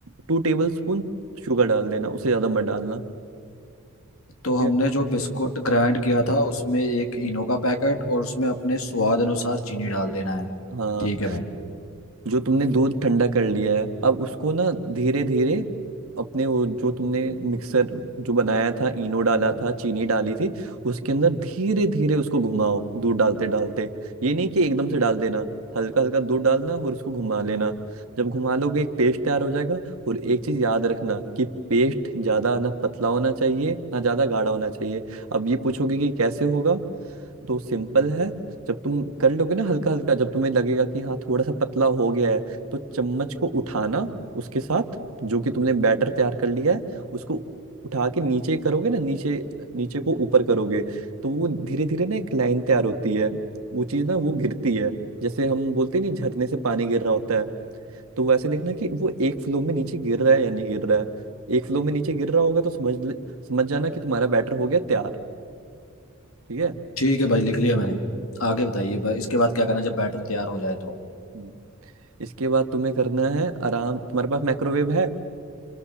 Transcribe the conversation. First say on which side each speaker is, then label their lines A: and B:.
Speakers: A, on the right; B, on the left.
A: टू टेबल स्पून शुगर डाल देना उसे ज्यादा मत डालना
B: तो
A: ठीक
B: हमने
A: है
B: जो बिस्कुट ग्राइंड किया था उसमें एक इनो
A: हम्म।
B: का पैकेट और उसमें अपने स्वाद अनुसार चीनी डाल देना है
A: हाँ
B: ठीक है भाई
A: जो तुमने दूध ठंडा कर लिया है अब उसको ना धीरे धीरे अपने वो जो तुमने मिक्सर जो बनाया था इनो डाला हम्म, था चीनी डाली थी उसके अंदर धीरे धीरे उसको घुमाओ दूध डालते डालते ये नहीं कि एकदम से डाल देना हल्का हल्का दूध डालना और उसको घुमा लेना जब घुमा लोगे एक पेस्ट तैयार हो जाएगा और एक चीज याद रखना कि पेस्ट ज्यादा ना पतला होना चाहिए ना ज्यादा गाढ़ा होना चाहिए अब ये पूछोगे कि कैसे होगा तो सिंपल है जब तुम कर लोगे ना हल्का हल्का जब तुम्हें लगेगा कि हाँ थोड़ा सा पतला हो गया है तो चम्मच को उठाना उसके साथ जो कि तुमने बैटर तैयार कर लिया है उसको उठा के नीचे करोगे ना नीचे नीचे को ऊपर करोगे तो वो धीरे धीरे ना एक लाइन तैयार होती है वो चीज ना वो गिरती है जैसे हम बोलते नहीं झरने से पानी गिर रहा होता है तो वैसे देखना कि वो एक फ्लो में नीचे गिर रहा है या नहीं गिर रहा है एक फ्लो में नीचे गिर रहा होगा तो समझ ले- समझ जाना कि तुम्हारा बैटर हो गया तैयार ठीक
B: ठीक है भाई लिख लिया मैंने आगे बताइए भाई इसके बाद क्या करना है जब बैटर तैयार हो जाए तो
A: है इसके बाद तुम्हें करना है आराम तुम्हारे पास माइक्रोवेव है